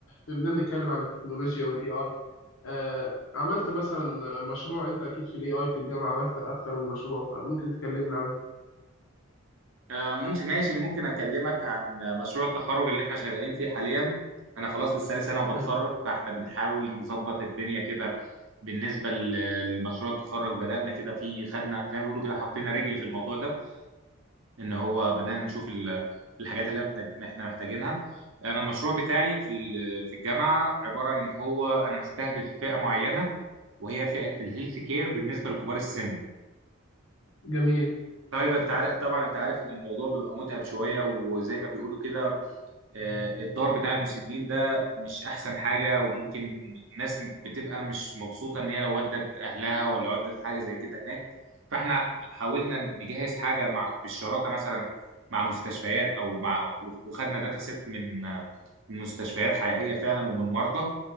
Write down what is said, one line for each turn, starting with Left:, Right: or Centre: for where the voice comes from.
Left: بما إننا بنتكلم عن التكنولوجيا والاي اي آه، عملت مثلا مشروع انت اكيد في الاي اي في الجامعه عملت اكتر من مشروع فممكن تكلمنا عنه
Right: آه ممكن ماشي ممكن اكلمك عن مشروع التخرج اللي احنا شغالين فيه حاليا انا خلاص لسه لي سنه وبتخرج
Left: حلو
Right: فاحنا بنحاول نظبط الدنيا كده بالنسبه ل- لمشروع التخرج بدانا كده فيه خدنا زي ما بيقولوا كده حطينا رجل في الموضوع ده ان هو بدانا نشوف ال- الحاجات اللي احنا احنا محتاجينها انا المشروع بتاعي في ال- في الجامعه عباره ان هو انا مستهدف فئه معينه وهي فئه الهيلث كير بالنسبه لكبار السن
Left: جميل
Right: طيب انت عارف طبعا انت عارف ان الموضوع بيبقى متعب شويه وزي ما بيقولوا كده آه، الدار بتاع المسنين ده مش احسن حاجة وممكن الناس بتبقى مش مبسوطة ان هي لو ودت اهلها ولا ودت حاجة زي كده هناك فاحنا حاولنا نجهز حاجة مع بالشراكة مثلا مع مستشفيات او مع وخدنا داتا سيت من آه، من مستشفيات حقيقية فعلا ومن مرضى